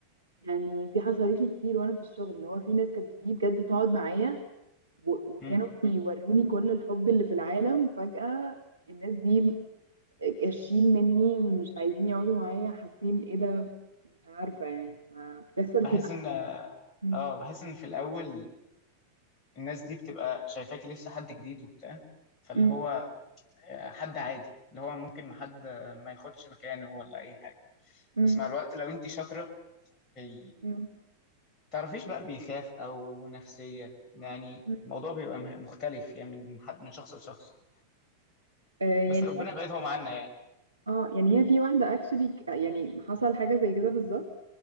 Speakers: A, on the right; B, on the left.
A: يعني دي حصلت لي كتير وانا في الشغل اللي هو في ناس كانت بتيجي بجد تقعد معايا و- وكانوا
B: مم.
A: بيوروني كل الحب اللي في العالم فجأة الناس دي كاشين مني مش عايزين يقعدوا معايا حاسين ايه ده مش عارفة يعني فبتحصل
B: بحس
A: كتير
B: ان
A: مم.
B: اه بحس ان في الاول الناس دي بتبقى شايفاكي لسه حد جديد وبتاع فاللي
A: مم.
B: هو آه، حد عادي اللي هو ممكن ما حد آه، ما ياخدش مكانه ولا اي حاجة
A: مم.
B: بس مع الوقت لو انت شاطرة بي
A: مم.
B: تعرفيش بقى بيخاف او نفسيا يعني
A: مم.
B: الموضوع بيبقى مه- مختلف يعني من حد من شخص لشخص
A: آه يعني
B: بس ربنا
A: هي في
B: بقيت هو معانا يعني
A: اه يعني هي في واحدة اكشلي يعني حصل حاجة زي كده بالظبط